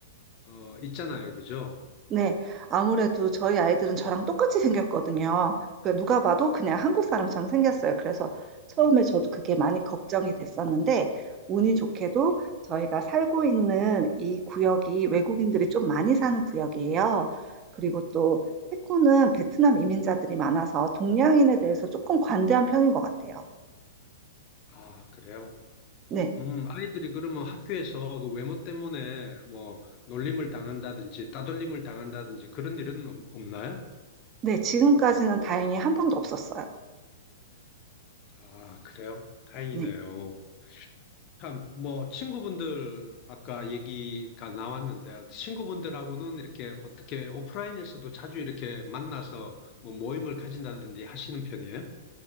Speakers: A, on the left (about 35°); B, on the right (about 30°).
A: 어, 있잖아요. 그죠?
B: 네, 아무래도 저희 아이들은 저랑 똑같이 생겼거든요. 그러니까 누가 봐도 그냥 한국 사람처럼 생겼어요. 그래서 처음에 저도 그게 많이 걱정이 됐었는데, 운이 좋게도 저희가 살고 있는 이 구역이 외국인들이 좀 많이 사는 구역이에요. 그리고 또 태코는 베트남 이민자들이 많아서 동양인에 대해서 조금 관대한 편인 것 같아요.
A: 아, 그래요.
B: 네,
A: 음, 아이들이 그러면 학교에서 그 외모 때문에 뭐 놀림을 당한다든지 따돌림을 당한다든지 그런 일은 없- 없나요?
B: 네, 지금까지는 다행히 한 번도 없었어요.
A: 아, 그래요? 다행이네요.
B: 네.
A: 참, 뭐, 친구분들, 아까 얘기가 나왔는데, 친구분들하고는 이렇게 어떻게 오프라인에서도 자주 이렇게 만나서 뭐 모임을 가진다든지 하시는 편이에요?